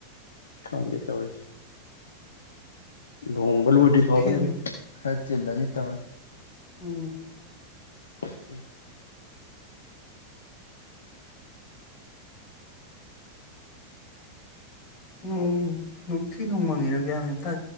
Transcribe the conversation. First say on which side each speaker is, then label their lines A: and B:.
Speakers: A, on the left; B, on the left.
A: ꯀ ꯠꯇ ꯑꯣꯏꯁ ꯂꯨꯍꯣꯡꯕ ꯂꯣꯏꯗ꯭ꯔꯤ ꯐꯥꯎꯕꯗꯤ
B: ꯐꯦꯡ
A: ꯑꯃꯨꯛ ꯈꯔ ꯆꯤꯜꯂꯅꯤ ꯇꯕ
B: ꯎꯝ
A: ꯎ
B: ꯎꯝ ꯎ ꯅꯨꯡꯊꯤ ꯅꯣꯡ ꯃꯪꯉꯤꯔꯒꯦ ꯃꯝꯇ